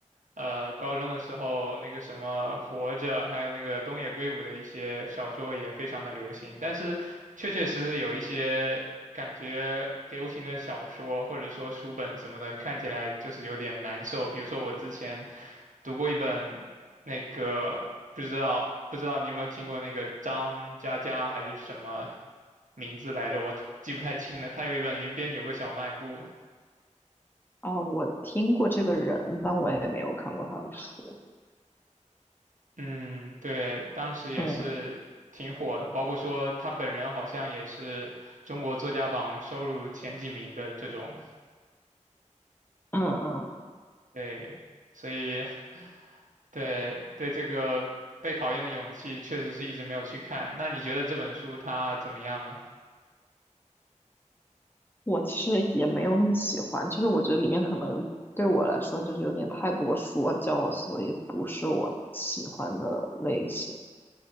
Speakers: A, on the right (about 80°); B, on the left (about 15°).
A: 呃，高中的时候那个什么《活着》，还有那个东野圭吾的一些小说也非常的流行，但是确确实实有一些感觉流行的小说或者说书本什么的，看起来就是有点难受。比如说我之前。读过一本那个不知道不知道你有没有听过那个张嘉佳还是什么名字来着，我记不太清了。他有一本《云边有个小卖部》，
B: 啊，我听过这个人，但我也没有看过他的书。
A: 嗯，对，当时也是挺火的，
B: 嗯
A: 包括说他本人好像也是中国作家榜收入前几名的这种，
B: 嗯嗯
A: 对，所以对对这个被讨厌的勇气确实是一直没有去看。那你觉得这本书它怎么样呢？
B: 我其实也没有那么喜欢，就是我觉得里面可能对我来说就是有点太多说教，所以不是我喜欢的类型。